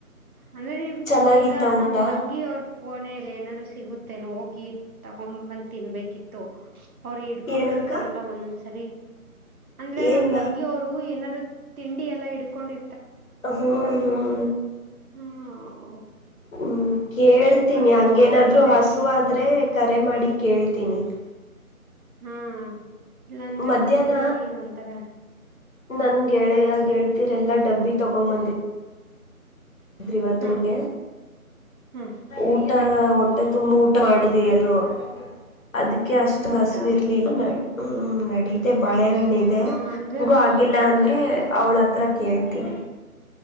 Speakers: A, on the right; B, on the left.
A: ಅಂದ್ರೆ ನೀ
B: ಚೆನ್ನಾಗಿತ್ತ
A: ಪೂ ಇಲ್ಲ ನಮ್
B: ಊಟ
A: ತಂಗಿ ಅವ್ರ ಕೋನೆ ಇದೆ ಏನಾದ್ರು ಸಿಗುತ್ತೆನೆ ಹೋಗಿ ತಗೊಂದ ತಿನ್ಬೇಕಿತ್ತು ಅವ್ರು ಇಡ್ಕೊಂಡ್
B: ಏನಕ್ಕ
A: ಇರ್ತಾರಲ್ಲ ಒಂದೊಂದ ಸರಿ ಅಂದ್ರೆ
B: ಏನ್
A: ನಮ್ ತಂಗಿಯರು ಏನಾದ್ರು ತಿಂಡಿ ಎಲ್ಲಾ ಇಡ್ಕೊಂಡಿ
B: ಹ ಹ್ಮ
A: ಹ್ಮ್
B: ಹ್ಮ್ ಕೇಳ್ತೀನಿ
A: ಬರ್ಬೇಕಿತ್ತು
B: ಹಂಗೇನಾದ್ರು
A: ಅಂದೆ
B: ಹಸುವ ಆದ್ರೆ ಕರೆ ಮಾಡಿ ಕೇಳ್ತೀನಿ ಹ
A: ಹಾ ಇಲ್ಲಾಂದ್ರೆ
B: ಮಧ್ಯಾಹ್ನ
A: ಮಧ್ಯದಲ್ಲಿ ಒಂಥರ ಹ್ಮ್
B: ನನ್ ಗೆಳೆಯ ಗೆಳತಿರೆಲ್ಲ ಡಬ್ಬಿ ತಗೋ ಬಂದಿ ಇವತ್ತು
A: ಹ್ಮ್
B: ಊಟ
A: ಹ್ಮ್
B: ಊಟ ಹೊಟ್ಟೆ ತುಂಬಾ ಊಟ ಮಾಡುದಿ ಎಲ್ರು <inaudible> ಅದಕ್ಕೆ ಅಷ್ಟು
A: ಹೌದಾ
B: ಹಸು ಇರ್ಲಿಲ್ಲ ಹ್ಮ್ ನಡಿ <inaudible> ಬಳೆಹಣ್ಣ ಇದೆ
A: ಹ ಅಂದ್ರೆ
B: ಹಂಗು
A: ಒಂದ್
B: ಆಗಿಲ್ಲ ಅಂದ್ರೆ ಅವಳ ಹತ್ರ ಕೇಳ್ತೀಿ